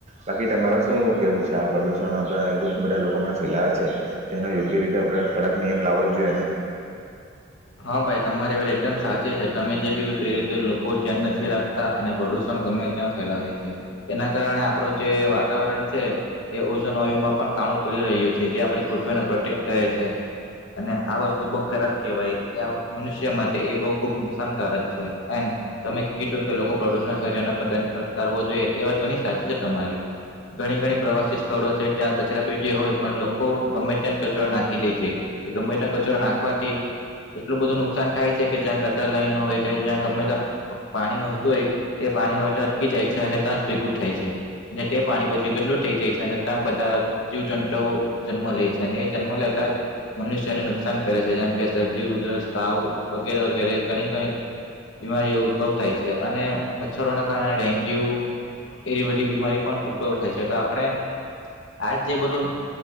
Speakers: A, on the right (about 35°); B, on the left (about 80°).
A: બાકી તમારે શું કહેવું છે આ પ્રદૂષણ આપણે જે બધા લોકો હમણાં ફેલાવે છે તે એનો યોગ્ય રીતે આપણે કડક નિયમ લાવો જ જોઈએને
B: હા ભાઈ તમારી વાત એકદમ સાચી છે તમે જે કીધું તે રીતે લોકો ધ્યાન નથી રાખતા અને પ્રદુષણ ગમે ત્યાં ફેલાવે છે એના કારણે આપણું જે વાતાવરણ છે તે ઓજન વાયુમાં પણ કાણું પડી રહ્યું છે જે આપણી પૃથ્વીને પ્રોટેક્ટ કરે છે અને આ વસ્તુ બહુ ખરાબ કહેવાય મનુષ્ય માટે એ બહુ ખુબ નુકસાનકારક છે એ તમે કીધું કે લોકો પ્રદુષણ કર પર ફટકારવો જોઈએ એ વાત ઘણી સાચી છે તમારી ઘણી ઘણી પ્રવાસી સ્થળો છે ત્યાં કચરા પીટી હોય પણ લોકો ગમે ત્યાં કચરો નાખી દે છે ગમે ત્યાં કચરો નાખવાથી એટલું બધું નુકાન થાય છે કે જ્યાં ગટર લાઈન હોય કે જ્યાં ગમે તં પાણી વહેતું હોય તે પાણી વતા અટકી જાય છે અને ત્યાં જ ભેગું થાય છે અને તે પાણી પછી ગડુ થઈ જાય છે અને ત્યાં બધા જીવ જંતુઓ જન્મ લે છે અને એ જન્મ લેતા જ મનુષ્યને નુકસાન કરે છે જેમ કે શરદી ઉદરસ તાવ વગેરે વગેરે ઘણી ઘણી બીમારીઓ ઉદભવ થાય છે અને મચ્છરોને કારણે ડેન્ગ્યુ એવી બધી બીમારી પણ ઉદભવ થાય છે તો આપણે આજ જે બધું